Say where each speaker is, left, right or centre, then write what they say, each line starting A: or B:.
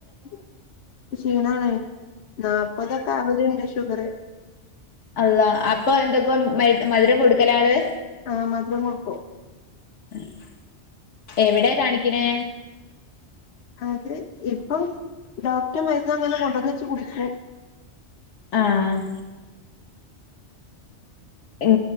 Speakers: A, on the left (about 65°); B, on the left (about 85°).
A: <inaudible> ക്ഷീണാണ് നാൽപതൊക്കെ ആവലിണ്ട് ഷുഗറ്
B: അള്ളാ അപ്പൊ എന്തൊക്കെ മ മധുരം കൊടുക്കലാ ആള്
A: ആഹ് മധുരം കൊടുക്കും
B: ഏഹ് എവിടാ കാണിക്കണ്?
A: അത് ഇപ്പം ഡോക്ടറെ മരുന്ന് അങ്ങനെ കൊണ്ടുവന്ന് വെച്ച് കുടിക്കും
B: ആഹ ഉം